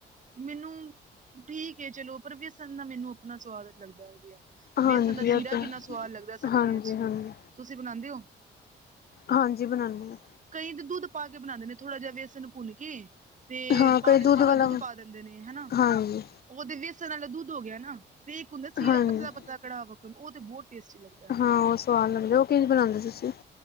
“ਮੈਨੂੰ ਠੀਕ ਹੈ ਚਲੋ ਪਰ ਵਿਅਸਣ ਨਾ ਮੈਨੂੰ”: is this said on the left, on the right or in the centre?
Right